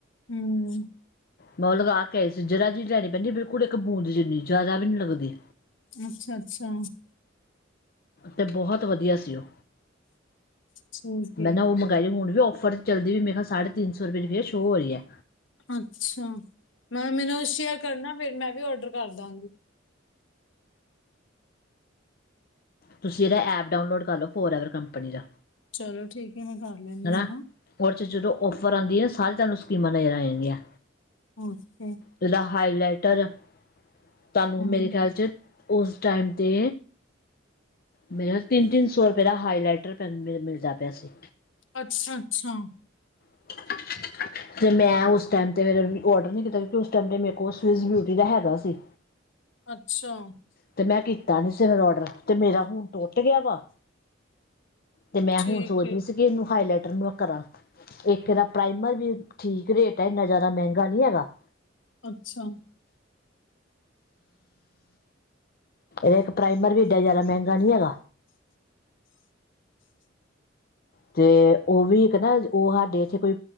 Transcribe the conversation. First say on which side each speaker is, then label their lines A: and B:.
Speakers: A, on the left; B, on the left.
A: ਹਾਂਜੀ।
B: ਮੈਂ ਉਹ ਲਗਾ ਕੇ ਆਏ ਸੀ ਜਰਾ ਜਿਹੀ ਲੈਣੀ ਪੈਂਦੀ ਬਿਲਕੁਲ ਇੱਕ ਬੂੰਦ ਜਿੰਨੀ ਜ਼ਿਆਦਾ ਵੀ ਨੀ ਲੱਗਦੀ।
A: ਅੱਛਾ ਅੱਛਾ।
B: ਤੇ ਬਹੁਤ ਵਧੀਆ ਸੀ ਉਹ
A: ਠੀਕ
B: ਮੈਂ
A: ਹੈ
B: ਨਾ ਉਹ। ਹੁਣ ਔਫਰ ਚੱਲਦੀ ਵੀ ਮੈਂ ਕਿਹਾ ਸਾਢੇ ਤਿੰਨ ਸੌ ਰਪਏ ਚ ਫਿਰ ਸ਼ੋ ਹੋ ਰਹੀ ਹੈ।
A: ਅੱਛਾ, ਮੈਂ ਮੈਨੂੰ ਸ਼ੇਅਰ ਕਰਨਾ ਫੇਰ ਮੈਂ ਵੀ ਔਡਰ ਕਰ ਦਾਂ।
B: ਤੁਸੀਂ ਇਹਦਾ ਐਪ ਡਾਊਨਲੋਡ ਕਰ ਲਓ ਫੋਰ ਐਵਰ ਕੰਪਨੀ ਦਾ।
A: ਚਲੋ ਠੀਕ ਹੈ ਮੈਂ ਕਰ ਲੈਂਦੀ
B: ਹਨਾ
A: ਹਾਂ।
B: ਉਹਦੇ 'ਚ ਜਦੋਂ ਔਫਰ ਆਉਂਦੀ ਹੈ ਨਾ ਸਾਰੇ ਤੁਹਾਨੂੰ ਸਕੀਮਾਂ ਨਜ਼ਰ ਆ ਜਾਂਦੀਆਂ।
A: ਓਕੇ।
B: ਜਿਹੜਾ ਹਾਈਲਾਈਟਰ ਤੁਹਾਨੂੰ
A: ਹੂੰ
B: ਮੇਰੇ ਖਿਆਲ 'ਚ ਉਸ ਟਾਈਮ ਤੇ। ਮੇਰਾ ਤਿੰਨ ਤਿੰਨ ਸੌ ਰੁਪਏ ਦਾ ਹਾਈਲਾਈਟਰ ਪਹਲੇ ਮਿਲ ਜਾਂਦਾ ਸੀ।
A: ਅੱਛਾ ਅੱਛਾ।
B: <inaudible> ਤੇ ਮੈਂ ਉਸ ਟਾਈਮ ਤੇ ਫਿਰ ਔਡਰ ਨਹੀ ਕੀਤਾ ਕਿਉਂਕਿ ਉਸ ਟਾਈਮ ਤੇ ਮੇਰੇ ਕੋਲ ਸਵਿਸ ਬਿਊਟੀ ਦਾ ਹੈਗਾ ਸੀ।
A: ਅੱਛਾ।
B: ਤੇ ਮੈਂ ਕੀਤਾ ਨੀ ਸੀ ਫਿਰ ਔਡਰ ਤੇ ਮੇਰਾ ਹੁਣ ਟੁੱਟ ਗਿਆ ਵਾ। ਤੇ ਮੈਂ
A: ਠੀਕ
B: ਹੋਣ ਸੋਚ
A: ਹੈ
B: ਰੀ ਸੀ ਕਿ ਏਨੂੰ ਹਾਈਲਾਈਟਰ ਨੂੰ ਕਰਾਂ। ਇੱਕ ਦਾ ਪ੍ਰਾਈਮਰ ਵੀ, ਠੀਕ ਰੇਟ ਐ ਏਨਾ ਜਾਦਾ ਮੈਂਗਾ ਨੀ ਹੈਗਾ।
A: ਅੱਛਾ।
B: ਏਕ ਪ੍ਰਾਈਮਰ ਵੀ ਐਡਾ ਯਾਦਾ ਮੈਂਗਾ ਨੀ ਹੈਗਾ। ਤੇ ਓਹ ਵੀ ਇੱਕ ਨਾ ਕ ਓ ਹਾਡੇ ਚ ਕੋਈ